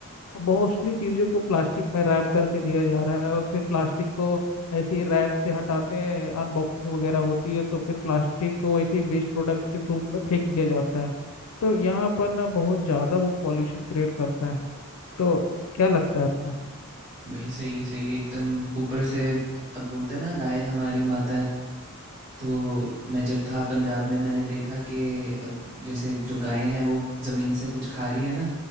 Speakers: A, on the left (about 80°); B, on the right (about 25°).
A: मोस्टली चीज़ों को प्लास्टिक में रैप करके दिया जा रहा है और फिर प्लास्टिक को ऐसे ही रैप से हटाते हैं अनबॉक्सिंग वगैरह होती है तो फिर प्लास्टिक को वैसे वेस्ट प्रोडक्ट के रूप में फेंक दिया जाता है तो यहाँ पर ना बहुत ज़्यादा वो पॉल्यूशन क्रिएट करता है तो क्या लगता है आपको
B: वही सही सही एकदम ऊपर से अब बोलते हैं ना गाय हमारी माता है तो मैं जब था पंजाब में मैंने देखा कि अब जैसे जो गायें हैं वो ज़मीन से कुछ खा रही है ना